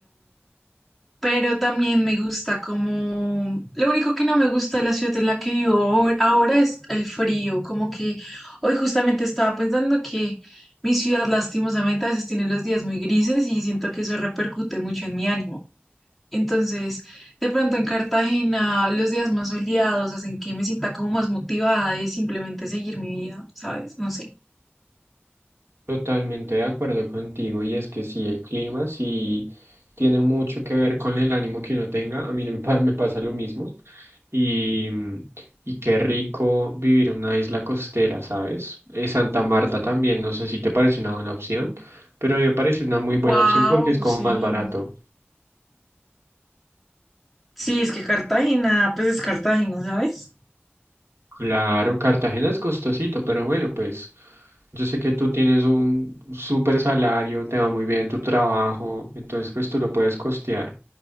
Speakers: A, in the centre; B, on the right (about 85°).
A: pero también me gusta como... Lo único que no me gusta de la ciudad en la que vivo ahor- ahora es el frío, como que hoy justamente estaba pensando que mi ciudad lastimosamente a veces tiene los días muy grises y siento que eso repercute mucho en mi ánimo. Entonces, de pronto en Cartagena los días más soleados hacen que me sienta como más motivada de simplemente seguir mi vida, ¿sabes? No sé.
B: Totalmente de acuerdo contigo, y es que sí, el clima sí tiene mucho que ver con el ánimo que uno tenga, a mí me pa- me pasa lo mismo, y, mm, y qué rico vivir en una isla costera, ¿sabes? Eh, Santa Marta también, no sé si te parece una buena opción, pero a mí me parece una muy buena
A: Wow,
B: opción porque es como
A: sí.
B: más barato.
A: Sí, es que Cartagena, pues es Cartagena, ¿sabes?
B: Claro, Cartagena es costosito, pero bueno, pues yo sé que tú tienes un súper salario, te va muy bien en tu trabajo, entonces pues tú lo puedes costear.